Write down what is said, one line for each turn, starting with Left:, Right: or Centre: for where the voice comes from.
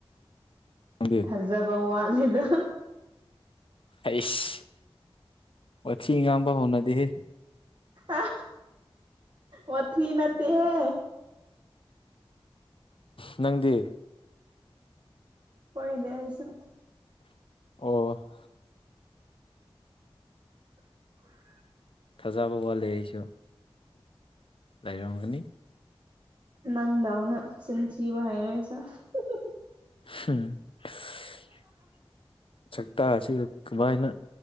Left: <inaudible>
Right: ꯐꯖꯕ ꯋꯥꯠꯂꯦꯗ꯫
Left: ꯑꯩꯁ ꯋꯥꯊꯤ ꯉꯥꯡꯕ ꯍꯧꯎꯅꯗꯦꯍꯦ꯫
Right: ꯑ ꯋꯥꯊꯤ ꯅꯠꯇꯦꯍꯦ꯫
Left: ꯅꯪꯗꯤ꯫
Right: ꯀꫭꯏꯗꯦ ꯑꯩꯁꯨ꯫
Left: ꯑꯣ꯫
Right: <inaudible>
Left: ꯊꯥꯖꯕ ꯋꯥꯠꯂꯦ ꯑꯩꯁꯨ ꯂꯩꯥꯔꯝꯒꯅꯤ꯫
Right: ꯅꯪꯗꯥꯎꯅ ꯆꯤꯟꯊꯤꯕ ꯍꯩꯔꯦ ꯑꯩꯁꯨ꯫ <unintelligible>
Left: <unintelligible> ꯁꯛꯇꯥ ꯑꯁꯤꯒ ꯀꯃꯥꯏꯅ